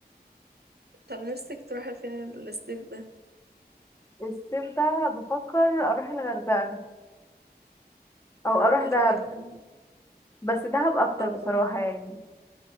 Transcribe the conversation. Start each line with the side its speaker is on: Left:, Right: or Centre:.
Right: طب نفسك تروحي فين الصيف ده
Left: الصيف ده بفكر اروح الغردقه او اروح
Right: الغردقة
Left: دهب بس دهب اكتر
Right: اه
Left: بصراحه
Right: ده
Left: يعني